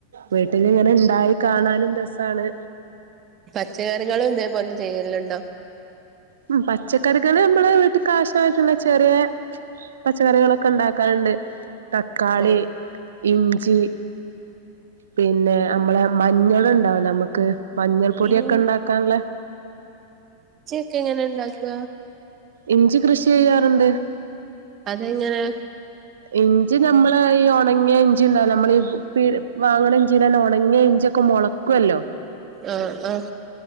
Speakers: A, on the right; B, on the right.
A: വീട്ടിലിങ്ങനെ ഇണ്ടായി കാണാനും രസാണ്.
B: പച്ചക്കറികളും ഇതേപോലെ ചെയ്യല്ണ്ടോ?
A: ഉം പച്ചക്കറികള് അമ്മള് വീട്ട് കാവശ്യായിട്ടുള്ള ചെറ്യേ പച്ചക്കറികളൊക്കെ ണ്ടാക്കാറ്ണ്ട്. തക്കാളി
B: ഓ
A: ഇഞ്ചി പിന്നെ അമ്മളെ മഞ്ഞള് ഇണ്ടാവൊ ല്ലൊ ഞമക്ക് മഞ്ഞൾ പൊടിക്കെ
B: ഇൻ
A: ഇണ്ടാക്കാൻള്ളെ
B: ഒക്ക എങ്ങനെ ണ്ടാക്ക?
A: ഇഞ്ചി കൃഷി ചെയ്യാറ്ണ്ട്.
B: അതെങ്ങനെ?
A: ഇഞ്ചി ഞമ്മള് ഈ ഒണങ്ങ്യ ഇഞ്ചി ണ്ടാവൂലെ അമ്മള് പ് പീ വാങ്ങണ ചിഞ്ചിലെനെ ഒ ണങ്ങ്യ ഇഞ്ച്യൊക്കെ മൊള ക്കുവല്ലോ
B: ആഹ് ആഹ്